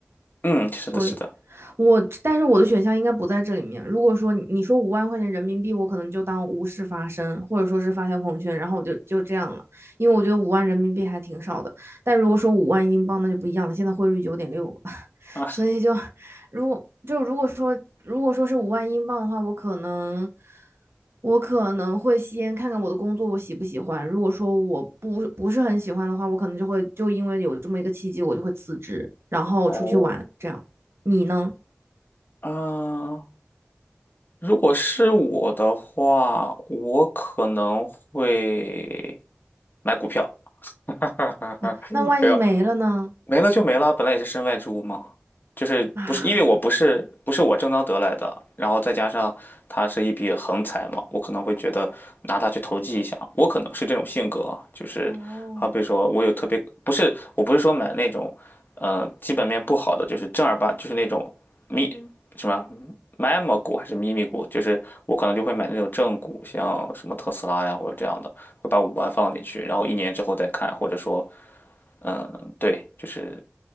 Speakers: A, on the left (about 50°); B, on the right (about 70°).
A: 嗯，是的，
B: 所以
A: 是的。
B: 我，但是我的选项应该不在这里面。如果说你你说五万块钱人民币，我可能就当无事发生，或者说是发条朋友圈，然后我就就这样了，因为我觉得五万人民币还挺少的。但如果说五万英镑，那就不一样了，现在汇率九点六，
A: 啊，
B: 所以就如果就如果说如果说是五万英镑的话，我可能我可能会先看看我的工作我喜不喜欢。如果说我不不是很喜欢的话，我可能就会就因为有这么一个契机，我就会辞职，然后出去玩。
A: 哦，
B: 这样，你呢？
A: 嗯、如果是我的话，我可能会买股票。<laughs>
B: 啊，那万一没了呢？
A: 没有没了就没了，本来也是身外之物嘛，就是不是因为我不是不是我正当得来的，
B: 啊，
A: 然后再加上它是一笔横财嘛，我可能会觉得拿它去投机一下，我可能是这种性格啊就是好比说我有特别不是我不是说买那种呃基本面不好的，
B: 哦，
A: 就是正儿八就是那种咪什么 m e m A 股还是咪咪股，就是我可能就会买那种正股，像什么特斯拉呀或者这样的。会把五万放进去，然后一年之后再看，或者说，嗯，对，就是